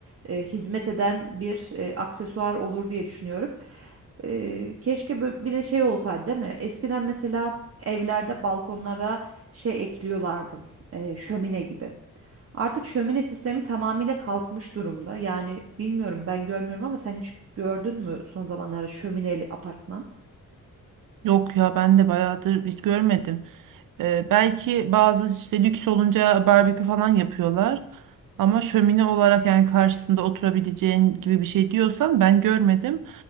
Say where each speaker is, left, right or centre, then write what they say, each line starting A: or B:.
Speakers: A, on the right; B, on the right.
A: e, hizmet eden bir e, aksesuar olur diye düşünüyorum. E, keşke bö- bir de şey olsaydı değil mi? Eskiden mesela evlerde balkonlara şey ekliyorlardı. e, şömine gibi. Artık şömine sistemi tamamıyla kalkmış durumda. Yani bilmiyorum ben görmüyorum ama sen hiç gördün mü son zamanlarda şömineli apartman?
B: Yok ya ben de bayağıdır hiç görmedim. Ee, belki bazı işte lüks olunca barbekü falan yapıyorlar. Ama şömine olarak yani karşısında oturabileceğin gibi bir şey diyorsan ben görmedim.